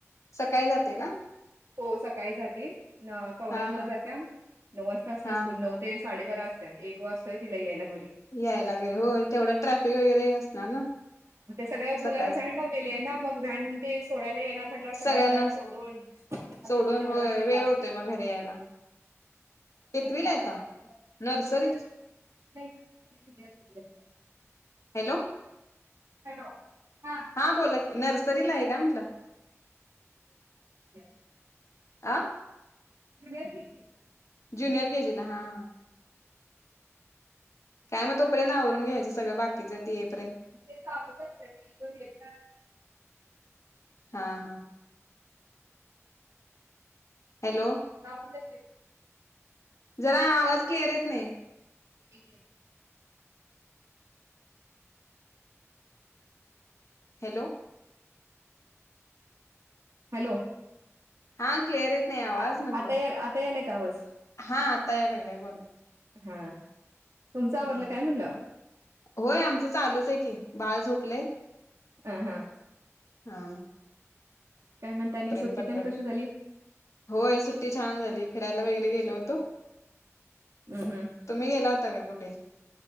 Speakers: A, on the left; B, on the right.
A: सकाळी जाते का?
B: हो सकाळी जाते, न-पावणे
A: हा
B: नऊ ला
A: हा
B: जात्या. नऊ वाजता असतयं
A: हा
B: स्कूल, नऊ ते साडेबारा असतयं, एक वाजतोय, तिला यायला, घरी.
A: यायला घरी, होय तेवढं ट्रॅफिक वगैरे, असणार ना?
B: सगळ्याच
A: सकाळच
B: मुलांना वॅण लावलेली ये ना, मग वॅन ते सोडायला येणार म्हंटल्यावर सगळ्या
A: सगळ्यांना
B: मुलांना सोडून, म्हटलं
A: सोडून
B: कि तेवढं
A: होय
B: वेळ जातोय.
A: होतोय मग घरी यायला
B: <unintelligible>
A: कितवीला येता नर्सरी हॅलो?
B: हॅलो? हां
A: हा बोला की नर्सरीला आहे का म्हटलं
B: <unintelligible>
A: आं?
B: Junior K G.
A: Junior K G ला, हां हां. काय मग तोपर्यंत आवरून घ्यायचं सगळं बाकीचं, ते ये पर्यंत.
B: ते चालूच आसतय की ब हे कर
A: हा हा, हॅलो!
B: गावातन फिर
A: जरा आवाज क्लिअर येत नाही.
B: ठीक आहे.
A: हॅलो!
B: हॅलो!
A: हा क्लिअर येत नाही आवाज
B: आ
A: म्हटलं,
B: आता या आता यालाय का आवाज
A: हा आता या लागलाय बोला.
B: हा तुमचं आवरलं
A: हा
B: काय म्हणलं?
A: होय आमचं चालूच आहे की, बाळ झोपलय.
B: अ हं,
A: हा
B: काय म्हणता आणि
A: पर्यंत
B: सुट्टी
A: पटपट
B: तेन कशी झाली?
A: होय सुट्टी छान झाली फिरायला वगैरे गेलो होतो.
B: उ हुं,
A: तुम्ही गेला होता का कुठे?